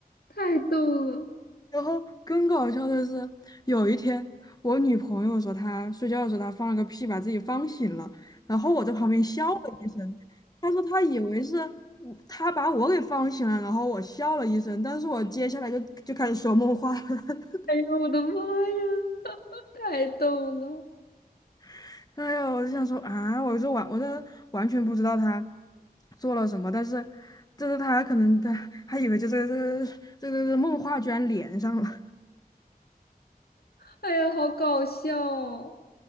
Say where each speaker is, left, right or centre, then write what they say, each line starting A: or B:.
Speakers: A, on the left; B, on the left.
A: 太逗了！
B: 然后更搞笑的是，有一天我女朋友说她睡觉的时候她放了个屁，把自己放醒了，然后我在旁边笑了一声。她说她以为是我她把我给放醒了，然后我笑了一声，但是我接下来就就开始说梦话了。
A: 哎呀，我的妈呀，<laughs> 太逗了！
B: <laughs> 哎呀，我就想说啊，我就完，我就完全不知道她做了什么，但是就是她可能她她以为就这个这个这个这个梦话居然连上了。
A: 哎呀，好搞笑哦！